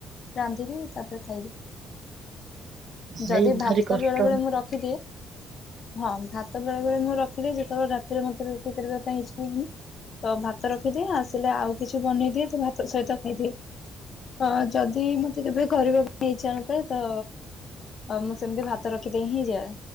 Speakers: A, on the left (about 50°); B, on the right (about 60°).
A: ରାନ୍ଧିବି ତାପରେ ଖାଇବି।
B: ଭାଇ
A: ଯଦି ଭାତ
B: ଭାରି କଷ୍ଟ
A: ବେଳେ ବେଳେ ମୁଁ ର ଖିଦିଏ ହଁ ଭାତ ବେଳେ ବଳେ ମୁଁ ର ଦିଏ ଯେତେବେଳେ ରାତିରେ ମତେ ରୁଟି କରିବା ପାଇଁ ଇଚ୍ଛା ହୁଏ। ତ ଭାତ ରଖିଦିଏ ଆସିଲେ ଆଉ କିଛି ବନେଇଦିଏ ତ ଭାତ ସହିତ ଖାଇଦିଏ। ହଁ ଯଦି ମତେ କେବେ କରିବାକୁ ଇଚ୍ଛା ନଥାଏ ତ ଆଉ ମୁଁ ସେମିତି ଭାତ ରଖିଦେଇ ହିଁ ଯାଏ।